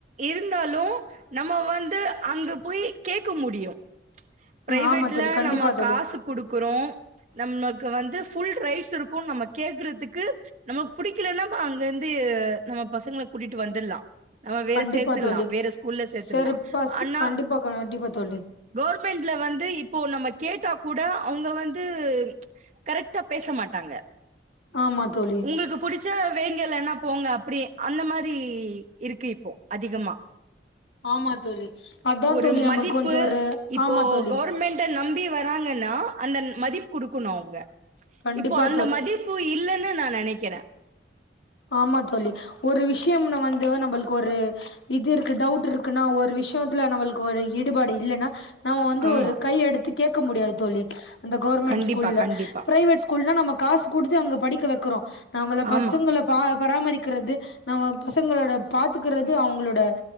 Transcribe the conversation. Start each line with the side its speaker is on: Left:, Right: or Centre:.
Right: இருந்தாலு நம்ம வந்து அங்க போயி கேக்க முடியு ப்ரைவேட்ல
Left: ம் ஆமா தோழி கண்டிப்பா
Right: நம்ம
Left: தோழி
Right: காசு குடுக் குறோ நம்மக்கு வந்து ஃபுல் ரைட்ஸ் இருக்கு நம்ம கேக்குறதுக்கு நம்மக் புடிக்கலன்னப் அங்கெந்து நம்ம பசங்கள கூட்டிட்டு வந்துல்லா நம்ம வேற
Left: கண்டிப்பா
Right: சேத்துல்லா
Left: தோழி
Right: வேற ஸ்கூல்ல சேத்துல்லா
Left: செரிப்பா சி
Right: அன்னா
Left: கண்டிப்பா கண்டிப்பா தோழி
Right: கோர்மெண்ட்ல வந்து இப்போ நம்ம கேட்டா கூட அவுங்க வந்து கரெக்டா பேச மாட்டாங்க
Left: ஆமா தோழி
Right: உங்குள்க்கு பிடிச்ச வைங்க இல்ல போங்க அப்புடி அந்த மாரி இருக்கு இப்போ அதிகமா
Left: ஆமா தோழி அதா
Right: ஒரு
Left: தோழி நம்மளுக்கு
Right: மதிப்பு
Left: கொஞ்சோ ஒரு
Right: இப்போ
Left: ஆமா தோழி
Right: கவர்மெண்ட நம்பி வராங்கன்னா அந்த மதிப் குடுக்கணு அவுங்க
Left: கண்டிப்பா
Right: இப்போ அந்த மதிப்பு இல்லன்னு நா நெனக்கிற
Left: ஆம்மா தோழி ஒரு விஷ்யம்ன்னு வந்து நம்பள்க்கு ஒரு இது இருக்கு டவுட் இர்க்குன்னா ஒரு விஷ்யத்துல நம்மள்க்கு ஒரு ஈடுபாடு இல்லென்னா நம்ம வந்து
Right: ஆமா.
Left: ஒரு கை எடுத்து கேக்க முடியாது தோழி அந்த கோர்மெண்
Right: கண்டிப்பா,
Left: ஸ்கூல்ல
Right: கண்டிப்பா.
Left: பிரைவேட் ஸ்கூல்னா நம்ம காசு குடுத்து அங்க படிக்க வெக்கிறோ நம்மள
Right: ஆமா.
Left: பசங்க ள பா பராமரிக்கிறது நம்ம பசங்களோட பாத்துக்கிறது அவுங்களோட